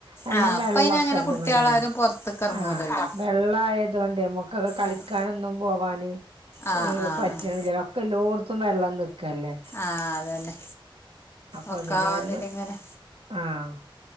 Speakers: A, on the right (about 85°); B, on the left (about 25°).
A: നല്ല
B: ആഹ്
A: വെള്ളൊക്കെ
B: ഇപ്പ അയിന് അങ്ങനെ
A: ഇണ്ട്
B: കുട്ടികളാരും
A: ഇവടേ.
B: പൊറത്ത്ക്ക് എറങ്ങൂലല്ലോ
A: ആഹ് വെള്ളായതോണ്ടെ നമ്കൊക്കെ കളിക്കാനൊന്നും
B: ആഹ്
A: പോവാനെ
B: ആഹ് ആഹ്
A: പറ്റ്ണില്ലലൊ
B: ആഹ്
A: ഇക്ക് എല്ലോട്ത്തും വെള്ളം നിക്കല്ലെ
B: ആഹ് ആതെന്നെ.
A: അപ്പൊ
B: ഒക്കാതിലിങ്ങനെ
A: അത് കാരണം ആഹ്